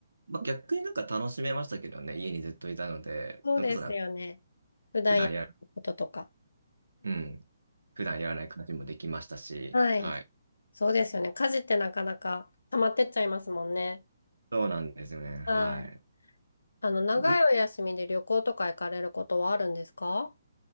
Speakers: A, on the right (about 85°); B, on the left (about 75°).
A: まあ、逆になんか楽しめましたけどね、家にずっといたので、
B: そうですよね。
A: それこそなんか
B: 普段やることとか。
A: 普段やる、うん、普段やらない感じもできましたし、
B: はい。
A: はい。
B: そうですよね。家事ってなかなか溜まってっちゃいますもんね。
A: そうなんですよね、は
B: はい。あの、長いお休みで旅行とか行かれることはあるんですか
A: い。ぐ、